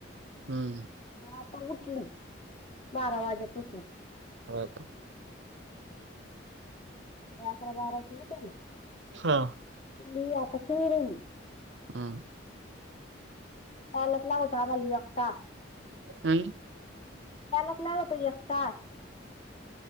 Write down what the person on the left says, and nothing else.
ह आता उठली. बारा वाजेपासून
सा अकरा बाराची होटल
पली आता ोड राेल
लाच लाग होत आम्हाला यता <inaudible>
मालक लागतो एकखता